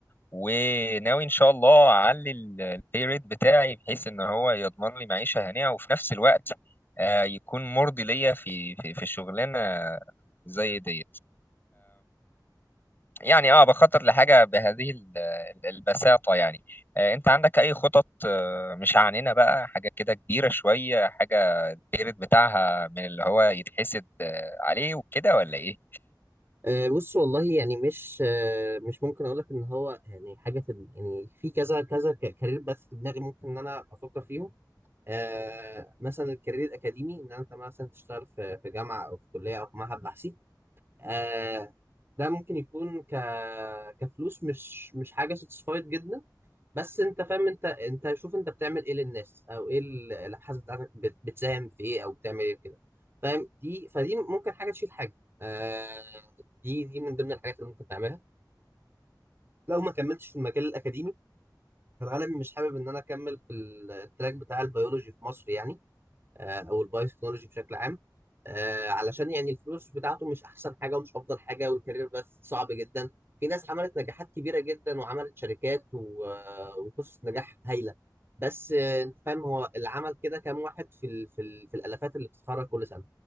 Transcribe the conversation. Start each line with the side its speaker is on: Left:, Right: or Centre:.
Left: وناوي إن شاء الله أعلي البي ريت بتاعي بحيث إن هو يضمن لي معيشة هنية وفي نفس الوقت آه يكون مرضي ليا في في في شغلانة زي ديت يعني اه بخطط لحاجة بهذه ال- ال- البساطة يعني آه، انت عندك اي خطط آه، مش عنينا بقى حاجة كده كبيرة شوية حاجة البيرد بتاعها من اللي هو يتحسد آه، عليه وكده ولا ايه؟
Right: آه بص والله يعني مش آه مش ممكن اقول لك ان هو يعني حاجه في يعني في كذا كذا كارير بث في دماغي ممكن ان انا افكر فيهم آه مثلا الكارير الاكاديمي ان انت مثلا تشتغل في في جامعه او في كليه او في معهد بحثي آه ده ممكن يكون ك... كفلوس مش مش حاجه ساتسفايد جدا بس انت فاهم انت انت شوف انت بتعمل ايه للناس او ايه ال- الابحاث بتاعتك بت... بتساهم في ايه او بتعمل ايه كده فاهم دي فدي ممكن حاجه تشيل حاجه آه دي دي من ضمن الحاجات اللي ممكن تعملها لو ما كملتش في المجال الاكاديمي فانا مش حابب ان انا اكمل في التراك بتاع البيولوجي في مصر يعني آه، او البايو تكنولوجي بشكل عام آه، علشان يعني الفلوس بتاعته مش احسن حاجه ومش افضل حاجه والكارير بس صعب جدا في ناس عملت نجاحات كبيره جدا وعملت شركات و- آه، وقصص نجاح هايله بس آه، انت فاهم هو اللي عمل كده كام واحد في ال في, ال في الالافات اللي بتتخرج كل سنه